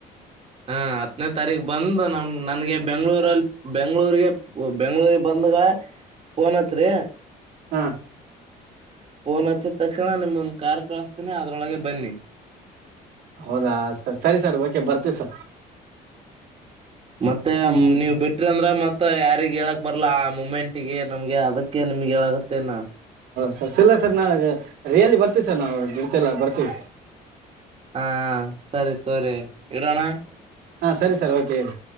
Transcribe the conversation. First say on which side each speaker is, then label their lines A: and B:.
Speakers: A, on the right (about 35°); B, on the right (about 85°).
A: ಹ ಹತ್ತನೇ ತಾರೀಕು ಬಂದು ನಮ ನನ್ಗೆ ಬೆಂಗಳೂರಲ್ಲಿ ಬೆಂಗಳೂರಿಗೆ ಓ ಬೆಂಗಳೂರಿಗೆ ಬಂದಗ ಪೋನ್ ಹಚ್ಚರಿ
B: ಹಾ
A: ಪೋನ್ ಹಚ್ಚಿದ ತಕ್ಷಣ ನಿಮಗೊಂದ್ ಕಾರ್ ಕಳಸ್ತೀನಿ ಅದ್ರೊಳಗೆ ಬನ್ನಿ.
B: ಹೌದಾ ಸ ಸರಿ ಸರ್ ಓಕೆ ಬರ್ತೀವಿ ಸರ್
A: ಮತ್ತೆ
B: ಹ್ಞೂ
A: ನೀವ್ ಬಿಟ್ರಾ ಅಂದ್ರೆ ಮತ್ತೆ ಯಾರಿಗ್ ಹೇಳಕ್ ಬರ್ಲಾ ಮುಮೆಂಟಿಗೆ ನಮ್ಗೆ ಅದಕ್ಕೆ ನಿಮ್ಗೆ ಹೇಳಗತ್ತಿನ್ ನಾ
B: ಸರ್ತಿಲ್ಲ ಸರ್ ನಾವ ಈಗ ರಿಯಾಲಿ ಬರ್ತೀವಿ ಸರ್ ನಾವು ದುಡತೆಲ್ಲ ಬರ್ತೀವಿ
A: ಹಾ ಸರಿ ತೋರಿ ಇಡೋಣ.
B: ಹಾ ಸರಿ ಸರ್ ಓಕೆ ಇಡ್ರೀ